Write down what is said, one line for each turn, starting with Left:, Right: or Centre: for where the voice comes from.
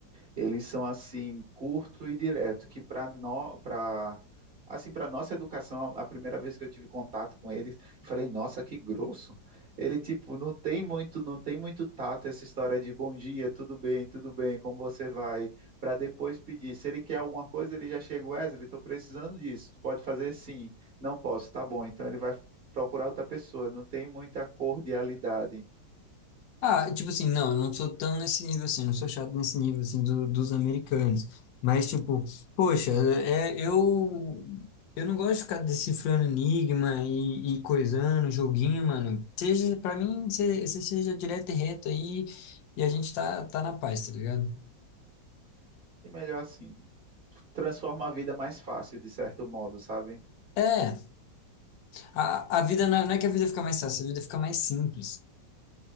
Right: Eles são assim curto e direto, que para nós, para assim para nossa educação, a, a primeira vez que eu tive contato com eles, eu falei, nossa, que grosso. Ele tipo não tem muito, não tem muito tato essa história de bom dia, tudo bem, tudo bem, como você vai, para depois pedir. Se ele quer alguma coisa, ele já chega, Wesley, estou precisando disso. Tu pode fazer sim. Não posso, tá bom. Então ele vai procurar outra pessoa, não tem muita cordialidade.
Left: Ah, tipo assim, não, eu não sou tão nesse nível assim, não sou chato nesse nível assim do, dos americanos. Mas, tipo, poxa, é, eu, eu não gosto de ficar decifrando enigma e, e coisando, joguinho, mano. Seja, pra mim, você seja direto e reto aí e a gente tá, tá na paz, tá ligado?
Right: E melhor assim, transforma a vida mais fácil, de certo modo, sabe?
Left: É, a, a vida não é não é que a vida fica mais fácil, a vida fica mais simples.